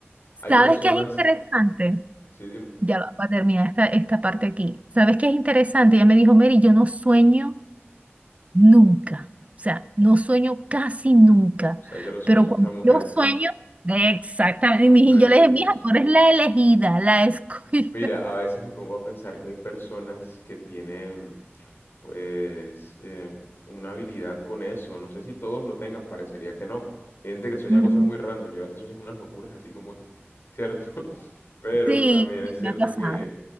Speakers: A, on the left (about 60°); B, on the right (about 30°).
A: Hay
B: ¿sabes
A: personas,
B: qué es interesante?
A: sí, dime,
B: Ya va, va a terminar esta, esta parte aquí. ¿Sabes qué es interesante? Ella me dijo, Mary, yo no sueño Nunca. O sea, no sueño casi nunca.
A: o sea que los sueños
B: Pero
A: de
B: cuando
A: esa mujer
B: yo sueño, exactamente.
A: son
B: Y mi-
A: precisos.
B: yo le dije, mija, tú eres la elegida, la escogida.
A: Mira, a veces me pongo a pensar que hay personas que tienen, pues, eh, una habilidad con eso. No sé si todos lo tengan, parecería que no. Hay gente que sueña
B: <laughs> Ujú.
A: cosas muy random. Yo a veces sueño unas locuras, así como que, ¿cierto? <laughs> Pero
B: Sí,
A: también es cierto
B: me ha pasado.
A: que,